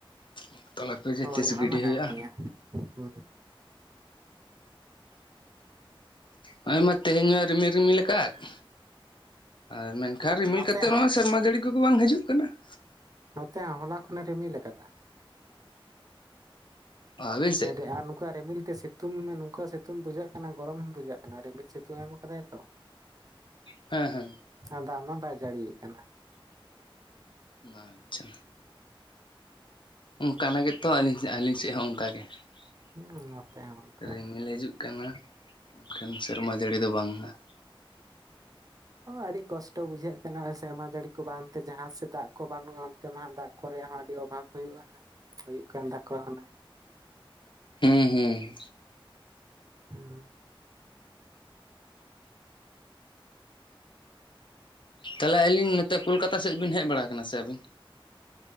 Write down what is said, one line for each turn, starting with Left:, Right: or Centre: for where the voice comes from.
Left: ᱾ ᱛᱚᱞᱟ ᱠᱚ ᱡᱮ
Right: ᱦᱳᱭ
Left: ᱛᱸᱤᱥ
Right: ᱚᱱᱟ
Left: ᱜᱤᱰᱤ
Right: ᱢᱟ
Left: ᱦᱩᱭᱩᱜᱼᱟ?
Right: ᱠᱟᱱ ᱜᱮᱭᱟ ᱦᱩᱸ
Left: ᱦᱚᱜᱼᱚᱭ ᱢᱟ ᱛᱮᱦᱮᱧ ᱦᱚᱭ ᱨᱤᱢᱤᱞ ᱨᱤᱢᱤᱞ ᱟᱠᱟᱫ ᱾ ᱟᱨ ᱢᱮᱱᱠᱷᱟᱱ
Right: ᱦᱩᱸ
Left: ᱨᱤᱢᱤᱞ
Right: ᱱᱚᱛᱮ
Left: ᱠᱟᱛᱮᱫ ᱦᱚᱸ ᱥᱮᱨᱢᱟ ᱡᱟᱹᱲᱤ ᱠᱚᱜᱮ ᱵᱟᱝ ᱦᱤᱡᱩᱜ ᱠᱟᱱᱟ ᱾
Right: ᱱᱚᱛᱮ ᱦᱚᱸ ᱦᱚᱞᱟ ᱠᱷᱚᱱᱮ ᱨᱤᱢᱤᱞ ᱟᱠᱟᱫᱟ ᱾
Left: ᱟᱹᱵᱤᱱ ᱥᱮᱫ
Right: ᱟᱹᱰᱤ, ᱟᱨ ᱱᱚᱝᱠᱟ ᱨᱤᱢᱤᱞ ᱛᱮ ᱥᱮ ᱥᱤᱛᱩᱝ ᱢᱮ ᱱᱚᱝᱠᱟ ᱥᱤᱛᱩᱝ ᱵᱩᱡᱷᱟᱹᱜ ᱠᱟᱱᱟ ᱜᱚᱨᱚᱢ ᱦᱚᱸ ᱵᱩᱡᱷᱟᱹᱜ ᱠᱟᱱᱟ ᱨᱤᱢᱤᱞ ᱥᱤᱛᱩᱝ ᱮᱢ ᱠᱟᱫᱟᱭ ᱛᱚ ᱾
Left: ᱦᱮᱸ ᱦᱮᱸ ᱾
Right: ᱟᱨ ᱫᱟᱜ ᱢᱟ ᱵᱟᱭ ᱡᱟᱹᱲᱤᱭᱟᱜ ᱠᱟᱱᱟ ᱾
Left: ᱟᱪᱪᱷᱟ, ᱚᱱᱠᱟᱱᱟᱜ ᱜᱮᱛᱚ ᱟᱹᱧ ᱟᱹᱞᱤᱧ‌ ᱥᱮᱫ ᱦᱚᱸ ᱚᱱᱠᱟ ᱜᱮ
Right: ᱦᱩᱸ
Left: ᱾
Right: ᱱᱚᱛᱮ ᱦᱚᱸ ᱚᱱᱠᱟ
Left: ᱨᱤᱢᱤᱞ
Right: ᱜᱮ
Left: ᱦᱤᱡᱩᱜ ᱠᱟᱱᱟ ᱢᱮᱱᱠᱷᱟᱱ ᱥᱮᱨᱢᱟ ᱡᱟᱹᱲᱤ ᱫᱚ ᱵᱟᱝᱟ ᱾
Right: ᱟᱹᱰᱤ ᱠᱚᱥᱴᱚ ᱵᱩᱡᱷᱟᱹᱜ ᱠᱟᱱᱟ ᱥᱮᱨᱢᱟ ᱡᱟᱹᱲᱤ ᱠᱚ ᱵᱟᱝ ᱛᱮ ᱡᱟᱦᱟᱸ ᱥᱮᱫ ᱫᱟᱜ ᱠᱚ ᱵᱟᱹᱱᱩᱜᱼᱟ ᱚᱱᱛᱮ ᱢᱟ ᱦᱟᱸᱜ ᱫᱟᱜ ᱠᱚ ᱨᱮᱭᱟᱜ ᱦᱚᱸ ᱟᱹᱰᱤ ᱚᱵᱷᱟᱵ ᱦᱩᱭᱩᱜᱼᱟ, ᱦᱩᱭᱩᱜ ᱠᱟᱱ ᱛᱟᱠᱚᱣᱟ ᱦᱩᱱᱟᱹᱝ ᱾
Left: ᱦᱩᱸ ᱦᱩᱸ ᱾
Right: <unintelligible>
Left: ᱛᱟᱦᱚᱞᱮ ᱟᱹᱞᱤᱧ ᱱᱚᱛᱮ ᱠᱳᱞᱠᱟᱛᱟ ᱥᱮᱫ ᱵᱮᱱ ᱦᱮᱡ ᱵᱟᱲᱟ ᱟᱠᱟᱱᱟ ᱥᱮ ᱟᱹᱵᱤᱱ?